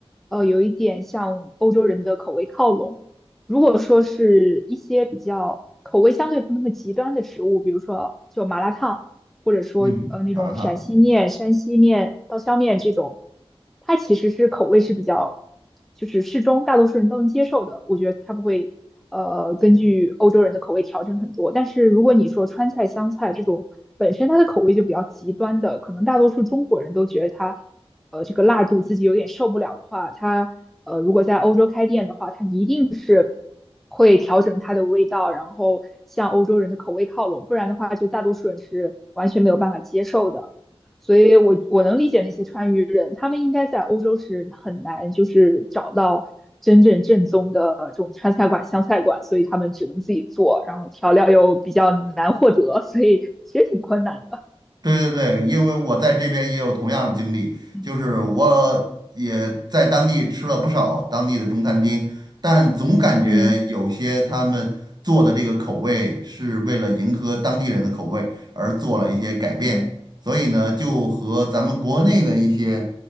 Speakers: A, in the centre; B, on the right.
A: 呃，有一点向欧洲人的口味靠拢。如果说是一些比较口味相对不那么极端的食物，比如说就麻辣烫。或者说呃那种陕西面、
B: 嗯，麻辣烫，嗯。
A: 山西面、刀削面这种，它其实是口味是比较就是适中，大多数人都能接受的。我觉得它不会呃根据欧洲人的口味调整很多。但是如果你说川菜、湘菜这种本身它的口味就比较极端的，可能大多数中国人都觉得它，呃，这个辣度自己有点受不了的话，它呃如果在欧洲开店的话，它一定是会调整它的味道，然后向欧洲人的口味靠拢，不然的话就大多数人是完全没有办法接受的。所以我我能理解那些川渝人，他们应该在欧洲是很难就是找到真正正宗的这种川菜馆、湘菜馆，所以他们只能自己做，然后调料又比较难获得，所以其实挺困难的。
B: 对对对，因为我在这边也有同样的经历，
A: 嗯
B: 就是我也在当地吃了不少当地的中餐厅，但总感觉有些他们做的这个口味是为了迎合当地人的口味而做了一些改变，
A: 嗯嗯
B: 所以呢，就和咱们国内的一些